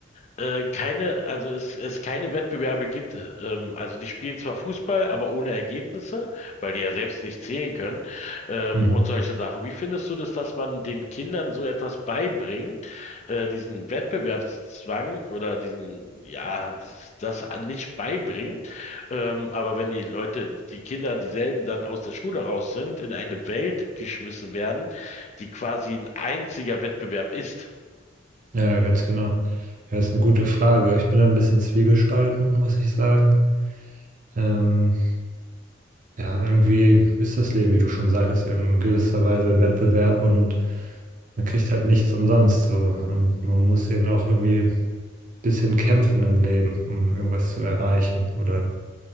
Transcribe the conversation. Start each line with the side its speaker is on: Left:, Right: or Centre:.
Left: äh, keine, also es, es keine Wettbewerbe gibt. Ähm, also die spielen zwar Fußball, aber ohne Ergebnisse, weil die ja selbst nicht zählen können, ähm,
Right: Mhm.
Left: und solche Sachen. Wie findest du das, dass man den Kindern so etwas beibringt, äh, diesen Wettbewerbszwang oder diesen, ja, dies- das an- nicht beibringt? Ähm, aber wenn die Leute, die Kinder, dieselben dann aus der Schule raus sind, in eine Welt geschmissen werden, die quasi ein einziger Wettbewerb ist.
Right: Ja, ja, ganz genau. Ja, ist eine gute Frage. Ich bin da ein bisschen zwiegespalten, muss ich sagen. Ähm, ja, irgendwie ist das Leben, wie du schon sagtest, in gewisser Weise ein Wettbewerb und man kriegt halt nichts umsonst so. Und man muss eben auch irgendwie ein bisschen kämpfen im Leben, um irgendwas zu erreichen oder